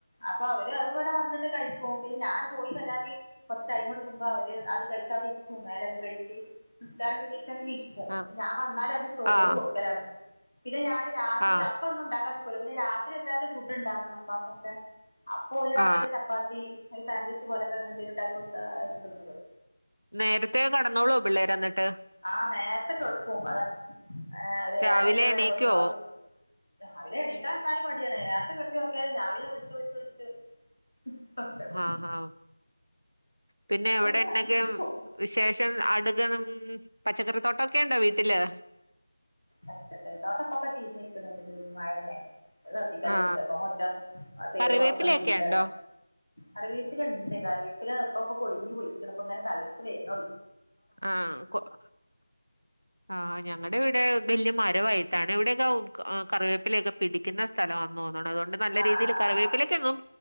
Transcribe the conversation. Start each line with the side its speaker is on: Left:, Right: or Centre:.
Left: അപ്പൊ അവര് അത് ഇവിടെ വന്നിട്ട് കഴിക്കും പിന്ന ഞാന് പോയി വരാന് കുറച്ച് ടൈം കൊടുക്കുമ്പോ അവര് അത് കഴിച്ച അവിടെ ഇരിക്കും മേലൊക്കെ കഴുകി നിസ്കാരൊക്കെ കഴിച്ച് അങ്ങനെ ഇരിക്- ഒഹ
Right: ആ
Left: ഞാൻ വന്നാലൊന്ക് ചോറ്
Right: ആ
Left: കൊട്ക്കലാണ് പിന്നെ ഞാന് രാത്രി
Right: ആ
Left: അപ്പൊന്നുണ്ടാക്കാന്. ഓല് പിന്നെ രാത്രി എന്തായാലും ഫുഡ്‌ണ്ടാക്കണം പ്പാക്കൊക്കെ അപ്പൊഓലറിയ
Right: ആ
Left: ഒര് ചപ്.. ഈ അയ് സാൻവിച് പോലൊത്ത അങ്ങനെന്തേലുണ്ടാക്കി കൊട്ത്താ അഹ് അഹ്ട്ത് തിന്നോളും.
Right: നേരത്തേ കടന്നോളോ പിള്ളേർ അന്നിട്ട്
Left: ആഹ നേര്ത്തെ കെട്ക്കും അത അഹ് ഒര്
Right: രാവിലെ
Left: ഏയര എട്ട്മണി
Right: എണീക്കോ
Left: ആയപ്പോത്തിന് അവര്. രാവിലെ എണീക്കാന്തായ്ലും മടിയണ് നേർത്തകെട്.. ട്ചൊർക്കിയാലും രാവിലെ വുളച്ച് വുള്ച്ചുള്ച് ഉം അങ്ങനെ
Right: ആഹ ഉം പിന്നെ അവ്ടെണ്ടങ്കി
Left: അങ്ങനെ എണീക്കും
Right: വിശേഷം അടുക്കനുമ്മ് പച്ചക്കറിതോട്ടൊക്കെണ്ടോ വീട്ടില്.
Left: പച്ചക്കറിത്തിട്ടൊക്കെപ്പ ചീച്ചയ്ക്ണ് ഒര് മഴല്ലേ. അഹ് കത്തിക്കലൊന്നുല്ല
Right: ആ
Left: ഇപ്പമുറ്റം അഹ സൈഡ്മൊത്തം
Right: കറിവേപ്പിലൊക്കെ
Left: പുല്ല.
Right: ഉണ്ടോ
Left: കറിവേപ്പിലണ്ട് കറിവേപ്പിലപ്പപ്പം കൊഴിഞ്ഞുപോയിക്ക്ണ് പ്പങ്ങനെ തളിർത്തവര്നൊള്.
Right: ആഹ കൊഹ്. ആഹ ഞങ്ങടെവിടെ ബല്യ മരമായിട്ടാണ് ഇവിടെയൊക്കെ ഉക്ക് ആഹ കറിവേപ്പ്. പ്പില്യൊക്കെ പിടിയിക്കുന്നസ്ഥലാന്നു താണു അതോണ്ട് നല്ലരീതിയിൽ
Left: ആഹ് ആഹ്
Right: കറിവേപ്പിലക്കൊന്നും.
Left: ആഹ്